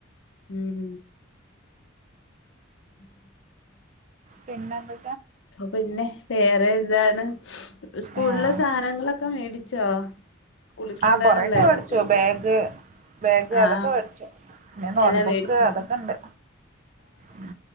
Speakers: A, on the left; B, on the right.
A: ഉം <inaudible>
B: പിന്നെന്ത
A: പിന്നെ വേറെ എന്താണ് സ്കൂളിലെ
B: ആഹ്
A: സാനങ്ങളൊക്കെ മേടിച്ചോ? സ്കൂളിൽ കൊണ്ടുപോകാനല്ലേ
B: ആഹ് കൊറെയൊക്കെ വേടിച്ചു.
A: കുട്ടികൾക്ക്
B: ബാഗ്, ബാഗ്
A: ആഹ്
B: അതൊക്കെ വേടിച്ചു. പിന്നെ നോട്ട്ബുക്ക്
A: എല്ലാം മേടിച്ചു
B: അതൊക്കെ ണ്ട്. ഉം